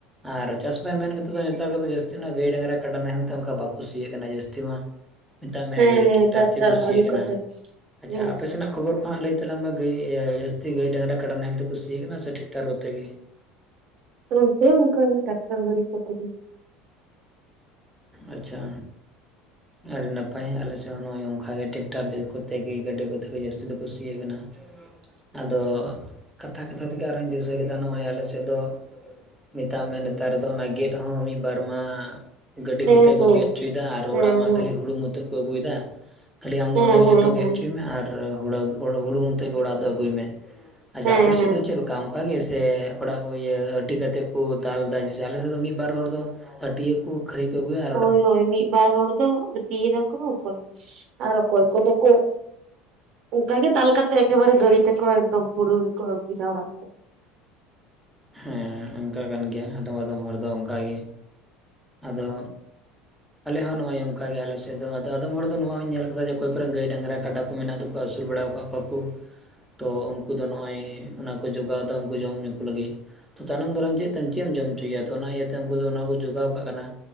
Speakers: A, in the centre; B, on the right.
A: ᱟᱨ ᱪᱟᱥ ᱵᱟᱭ ᱢᱮᱱ ᱠᱟᱛᱮᱫ ᱫᱚ ᱱᱮᱛᱟᱨ ᱠᱚᱫᱚ ᱡᱟᱹᱥᱛᱤ ᱱᱥᱜ ᱜᱟᱹᱭ, ᱰᱟᱝᱨᱟ, ᱠᱟᱰᱟ ᱱᱟᱦᱮᱞ ᱛᱮ ᱚᱱᱠᱟ ᱵᱟᱠᱚ ᱥᱤᱭᱟᱜ ᱠᱟᱱᱟ ᱡᱟᱹᱥᱛᱤ ᱢᱟ᱾
B: <inaudible>
A: ᱢᱮᱛᱟᱜ ᱢᱮ
B: ᱦᱮᱸ
A: ᱜᱟᱹᱰᱤ
B: ᱦᱮᱸ
A: ᱴᱮᱠᱴᱟᱨ
B: ᱴᱟᱠᱴᱟᱨ
A: ᱛᱮᱠᱚ ᱥᱤᱭᱟᱜ
B: ᱜᱟᱹᱰᱤ
A: ᱠᱟᱱᱟ᱾
B: ᱠᱚᱛᱮ
A: ᱟᱪᱪᱷᱟ
B: ᱦᱮᱸ
A: ᱟᱯᱮ ᱥᱮᱱᱟᱜ ᱠᱷᱚᱵᱚᱨ ᱠᱚ ᱦᱟᱸᱜ ᱞᱟᱹᱭ ᱛᱟᱞᱟᱝ ᱢᱮᱟᱹᱭ ᱤᱭᱟᱹ ᱡᱟᱹᱥᱛᱤ ᱜᱟᱹᱭ ᱰᱟᱝᱨᱟ ᱠᱟᱰᱟ ᱱᱟᱦᱮᱞ ᱛᱮᱠᱩ ᱥᱤᱭᱟᱜ ᱠᱟᱱᱟ ᱥᱮ ᱴᱮᱠᱴᱟᱨ ᱠᱚᱛᱮ ᱜᱮ?
B: ᱱᱚᱱᱛᱮ ᱚᱱᱠᱟ ᱜᱮ ᱴᱟᱠᱴᱟᱨ ᱜᱟᱹᱲᱤ ᱠᱚᱛᱮ ᱜᱮ᱾
A: ᱟᱪᱪᱷᱟ᱾ ᱟᱹᱰᱤ ᱱᱟᱯᱟᱭ ᱟᱞᱮ ᱥᱮᱫ ᱦᱚᱸ ᱱᱚᱜᱼᱚᱭ ᱚᱱᱠᱟᱜᱮ ᱴᱮᱠᱴᱟᱨ ᱠᱚᱛᱮ ᱜᱮ ᱜᱟᱹᱰᱤ ᱠᱚᱛᱮ ᱜᱮ ᱡᱟᱹᱥᱛᱤ ᱫᱚᱠᱩ ᱥᱤᱭᱮᱜ ᱠᱟᱱᱟ ᱾
B: <inaudible>
A: ᱟᱫᱚ ᱠᱟᱛᱷᱟ ᱠᱟᱛᱷᱟ ᱛᱮᱜᱮ ᱟᱨ ᱦᱚᱧ ᱫᱤᱥᱟᱹ ᱠᱮᱫᱟ ᱱᱚᱜᱼᱚᱭ ᱟᱞᱮ ᱥᱮᱫ ᱫᱚ ᱢᱮᱛᱟᱜ ᱢᱮ ᱱᱮᱛᱟᱨ ᱫᱚ ᱚᱱᱟ ᱜᱮᱫ ᱦᱚᱸ ᱢᱤᱫ ᱵᱟᱨᱢᱟ ᱜᱟᱹᱰᱤ
B: ᱦᱮᱸ
A: ᱠᱚᱛᱮ ᱠᱚ
B: ᱦᱮᱸ
A: ᱜᱮᱫ ᱦᱚᱪᱚᱭᱮᱫᱟ ᱟᱨ ᱚᱲᱟᱜ
B: ᱦᱮᱸ
A: ᱢᱟ
B: ᱦᱮᱸ
A: ᱠᱷᱟᱹᱞᱤ ᱦᱩᱲᱩ ᱢᱚᱛᱚ ᱠᱚ ᱟᱹᱜᱩᱭᱮᱫᱟ᱾ ᱠᱷᱟᱹᱞᱤ ᱟᱢᱫᱚ
B: ᱦᱮᱸ
A: ᱚᱸᱰᱮ ᱜᱮ
B: ᱦᱮᱸ
A: ᱡᱷᱚᱛᱚ ᱜᱮᱫ
B: ᱦᱮᱸ
A: ᱦᱚᱪᱚᱭ ᱢᱮ ᱟᱨ ᱦᱩᱲᱟ ᱦᱩᱲᱩ ᱢᱚᱛᱮ ᱜᱮ ᱚᱲᱟᱜ ᱫᱚ ᱟᱹᱜᱩᱭ ᱢᱮ᱾
B: ᱦᱮᱸ
A: ᱟᱪᱪᱷᱟ ᱟᱯᱮ ᱥᱮᱫ
B: ᱦᱮᱸ
A: ᱫᱚ ᱪᱮᱫ ᱞᱮᱠᱟ ᱚᱱᱠᱟ ᱜᱮ ᱥᱮ ᱾ ᱚᱲᱟᱜ ᱜᱚ ᱤᱭᱟᱹ ᱟᱹᱴᱤ ᱠᱟᱛᱮᱫ ᱠᱚ ᱫᱟᱞ ᱫᱟ ᱡᱮᱥᱮ ᱟᱞᱮᱥᱮᱫ ᱫᱚ ᱢᱤᱫ ᱵᱟᱨ ᱦᱚᱲ ᱫᱚ ᱟᱹᱴᱤᱭᱟ ᱠᱩ ᱠᱷᱟᱹᱞᱤ ᱠᱚ ᱟᱹᱜᱩᱭᱟ ᱾
B: ᱦᱳᱭ ᱦᱳᱭ ᱢᱤᱫ ᱵᱟᱨ ᱦᱚᱲ ᱫᱚ ᱟᱹᱴᱤᱭ ᱫᱟᱠᱚ ᱚᱠᱚᱭ ᱟᱨ ᱚᱠᱚᱭ ᱫᱚᱠᱚ ᱚᱱᱠᱟ ᱜᱮ ᱫᱟᱞ ᱠᱟᱛᱮ ᱮᱠᱮᱵᱟᱨᱮ ᱜᱟᱹᱲᱤ ᱛᱮᱠᱚ ᱮᱠᱫᱚᱢ ᱦᱩᱲᱩ ᱜᱮᱠᱚ ᱟᱜᱩ ᱤᱫᱟ ᱚᱲᱟᱜ ᱛᱮ᱾
A: ᱦᱮᱸᱻ ᱚᱱᱠᱟ ᱠᱟᱱ ᱜᱮᱭᱟ ᱟᱫᱚᱢ ᱟᱫᱚᱢ ᱦᱚᱲ ᱫᱚ ᱚᱱᱠᱟᱜᱮ ᱟᱫᱚ ᱟᱞᱮ ᱦᱚᱸ ᱱᱚᱜᱼᱚᱭ ᱚᱱᱠᱟ ᱜᱮ ᱟᱞᱮᱥᱮᱫ ᱫᱚ ᱟᱫᱚ ᱟᱫᱚᱢ ᱦᱚᱲ ᱫᱚ ᱱᱚᱭᱟ ᱦᱚᱸᱭ ᱧᱮᱞ ᱟᱠᱟᱫᱟ ᱚᱠᱚᱭ ᱚᱠᱚᱨᱮᱱ ᱜᱟᱹᱭ ᱰᱟᱝᱨᱟ ᱠᱟᱰᱟ ᱠᱚ ᱢᱮᱱᱟᱜ ᱛᱟ ᱠᱚᱭᱟ ᱟᱥᱩᱞ ᱵᱟᱲᱟᱣ ᱟᱠᱟᱫ ᱠᱚᱣᱟ ᱠᱚ, ᱛᱚ ᱩᱱᱠᱩ ᱫᱚ ᱱᱚᱜᱼᱚᱭ ᱚᱱᱟ ᱠᱚ ᱡᱚᱜᱟᱣᱮᱫᱟ ᱩᱱᱠᱩ ᱡᱚᱢ ᱧᱩ ᱠᱚ ᱞᱟᱹᱜᱤᱫ᱾ ᱛᱚ ᱛᱟᱭᱱᱚᱢ ᱫᱟᱨᱟᱢ ᱪᱮᱫ ᱛᱮᱢ ᱪᱮᱭᱼᱮᱢ ᱡᱚᱢ ᱦᱚᱪᱚᱭᱮᱭᱟ ᱛᱚ ᱚᱱᱟ ᱤᱭᱟᱹᱛᱮ ᱩᱱᱠᱩ ᱫᱚ ᱚᱱᱟ ᱠᱚ ᱡᱚᱜᱟᱣ ᱠᱟᱜ ᱠᱟᱱᱟ᱾